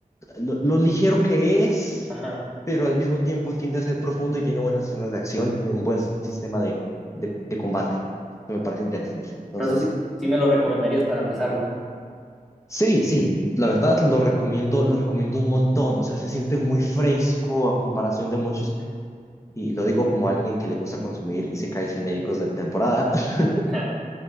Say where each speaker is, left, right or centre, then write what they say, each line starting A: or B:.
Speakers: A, on the left (about 20°); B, in the centre.
A: lo, lo ligero que es,
B: Ajá.
A: pero al mismo tiempo tiende a ser profundo y tiene buenas escenas de acción y tiene un buen sistema de, de, de combate, que me parece interesante.
B: Entonces
A: Entonces,
B: sí, sí me lo recomendarías para empezarlo.
A: sí, sí, la verdad lo recomiendo, lo recomiendo un montón. O sea, se siente muy fresco a comparación de muchos, y lo digo como alguien que le gusta consumir y isekais genéricos de temporada. <laughs>
B: Ajá.